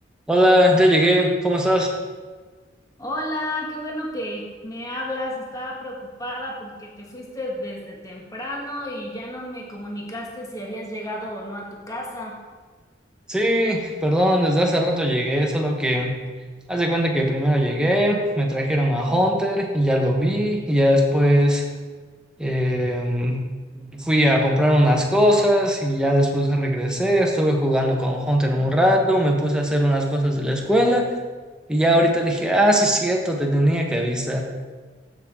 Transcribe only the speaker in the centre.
Hola, ya llegué, ¿cómo estás?
Sí, perdón, desde hace rato llegué, solo que haz de cuenta que primero llegué, me trajeron a Hunter y ya lo vi, y ya después em, fui a comprar unas cosas y ya después regresé, estuve jugando con Hunter un rato, me puse a hacer unas cosas de la escuela y ya ahorita dije, ah, sí, cierto, te tenía que avisar.